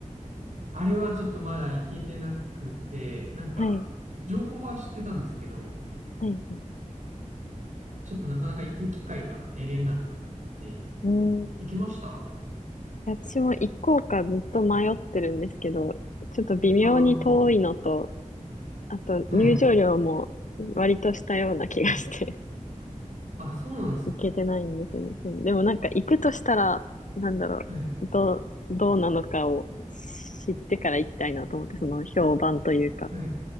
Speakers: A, on the right (about 65°); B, on the left (about 70°).
A: あれはちょっとまだ行けてなくて、なんか、
B: はい。
A: 情報は知ってたんですけど、
B: はい。
A: ちょっとなかなか行く機会が得れなくて、
B: うん。
A: 行きましたあ
B: 私も行こうかずっと迷ってるんですけど、ちょっと微妙に遠いのと、
A: あー、
B: あと入場料も割としたような気がして
A: はい。はい。あ、そうなんですね。
B: <laughs> 行けてないんですよね。そうでもなんか行くとしたら、なんだろう、
A: はい。
B: どう、どうなのかを知ってから行きたいなと思って、その評判というか。
A: はい。